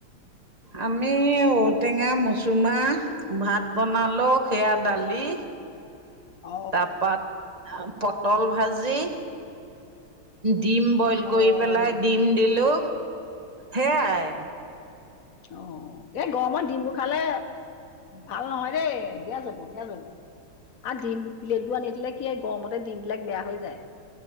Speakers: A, on the right; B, on the left.
A: আমি ঔটেঙা, মচুমাহ, ভাত বনালো সেয়া দালি,
B: অ
A: তাৰপা পটল ভাজি, ডিম, বইল
B: অ
A: কৰি পেলাই ডিম দিলোঁ সেয়াই,
B: অ এই গৰমত ডিমবোৰ খালে ভাল নহয় দেই গেছ হ'ব গেছ হ'ব।
A: <inaudible>
B: আৰু ডিম প্লেট বোৰ আনি থিলে কি গৰমতে ডিম বিলাক বেয়া হৈ যায়।